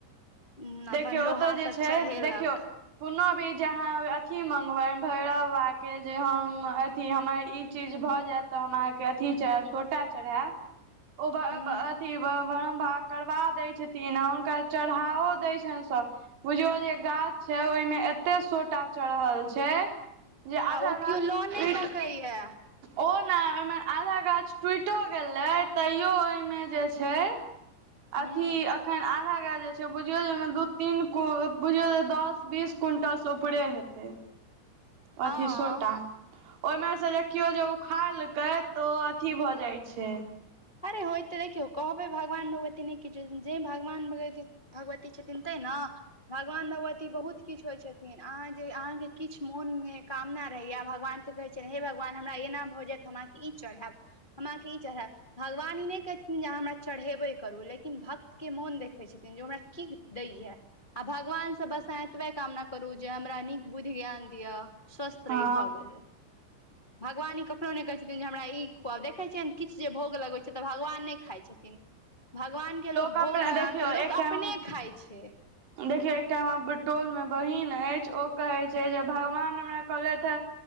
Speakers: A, on the left; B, on the right.
A: ह्म
B: देखियौ
A: अपन लोहा
B: ओतय जे
A: सब
B: छै
A: चढ़ेलक
B: देखियौ कोनो भी जे अहाँ अथी मंगबनि भैरव बाबा के जे हम अथी हमर ई चीज भऽ जायत तऽ हम अहाँके अथी चढ़ैब सोटा चढ़ैब। ओ ब-ब
A: हूं
B: अथि ब ब्रह्म बाबा करबा दै छथिन आ हुनकर चढ़ाओ दै छैन स बुझियौ ओ जे गाछ छै ओय मे एतय सोटा चढ़ल छै। जे आधा
A: आ ओ
B: गाछ
A: केओ लऽ
B: टुईट
A: नहि सकैया
B: ओ नै ओय मे आधा गाछ टूईटो गेलय तईयो ओय मे जे छै
A: हूं
B: अथी अखन आ धा गाछ जे छै बुझियौ जे ओय मे दूई तीन कु बुझियौ जे दस बीस क्विंटल से ऊपरे हेतय।
A: हँ
B: अथी सोटा। ओय मे से देखियो जे उखाड़ लकै तऽ ओ अथी भऽ जाए छै।
A: अरे होय तै देखियौ कहबै भगवान भगवती नै किछो जै भगवान-भगवती भगवती छथिन तै नै भगवान-भगवती बहुत किछ होय छथिन अहां जे अहांके किछ मोन में कामना रहय यै भगवान के कहय छियैन हे भगवान हम हमरा एना भ जाए त हम अहां के ई चढ़ैब, हम अहां के ई चढ़ैब भगवान ई नै कहय छथिन जे अहां हमरा चढ़ैबे करू लेकिन भक्त के मोन देखय छथिन जे ओ हमरा की दै यै। आ भगवान से बस अहां एतबे कामना करू जे हमरा नीक बुईद्ध ज्ञान दिया स्वस्थ
B: हँ
A: रही भऽ गेलय। भगवान ई कखनो नै कहय छथिन जे हमरा ई खुआव देखय छियैन किछ जे भोग लगबय छै तऽ भगवान नै खाए छै। छथीन भगवान के लोक
B: अपने
A: भोग लगा
B: देखियौ
A: कऽ लोक
B: एक टाइम
A: अपने खाय छै।
B: देखियौ एकटा हमरा टोल मे बहीन ऐछ ओ कहय छै जे भगवान हमरा कहलैथ हें